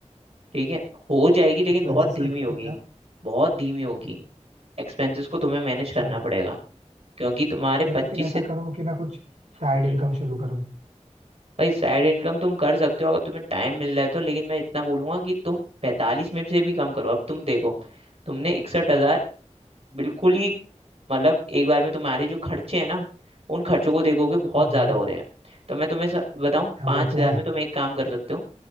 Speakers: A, on the right (about 55°); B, on the right (about 70°).
A: ठीक है हो जाएगी लेकिन
B: एक्सपेंसेस
A: बहुत धीमी
B: कट
A: होगी
B: करो क्या
A: बहुत धीमी होगी एक्सपेंसेस को तुम्हें मैनेज
B: अच्छा
A: करना पड़ेगा क्योंकि तुम्हारे
B: या
A: पच्चीस
B: तो फिर ऐसा
A: से
B: करो कि मैं कुछ साइड
A: हम्म,
B: इनकम शुरू करूँ
A: भाई साइड इनकम तुम कर सकते हो अगर तुम्हें टाइम मिल रहा है तो लेकिन मैं इतना बोलूंगा कि तुम पैंतालीस में से भी कम करो अब तुम देखो तुमने इकसठ हजार बिल्कुल ही मतलब एक बार में तुम्हारे जो खर्चे हैं ना उन खर्चों को देखोगे बहुत
B: हम्म
A: ज्यादा हो रहे हैं तो मैं तुम्हें स- बताऊं
B: हाँ
A: पांच
B: वो तो है
A: हजार में तुम एक काम कर सकते हो